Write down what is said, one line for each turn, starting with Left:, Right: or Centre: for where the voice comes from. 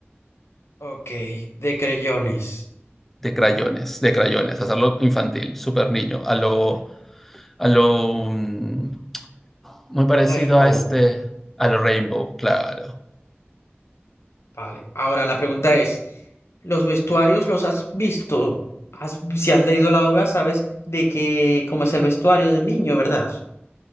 Left: ok. De creyones.
Centre: De crayones, de crayones. Hacerlo infantil, súper niño. A lo, a lo. mm, Muy parecido
Left: Rainbow.
Centre: a este. A lo Rainbow, claro.
Left: Vale. Ahora la pregunta es, ¿los vestuarios los has visto? Has- si has leído la obra, sabes de qué, cómo es el vestuario del niño, ¿verdad?